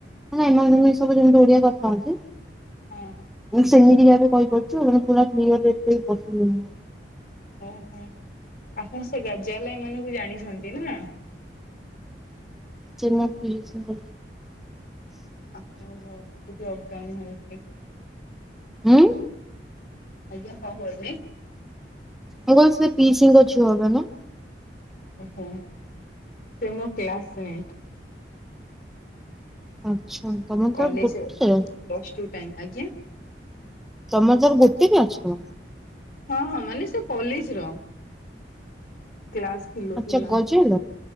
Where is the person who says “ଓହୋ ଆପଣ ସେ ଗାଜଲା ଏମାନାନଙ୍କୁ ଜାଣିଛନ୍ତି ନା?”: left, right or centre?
Left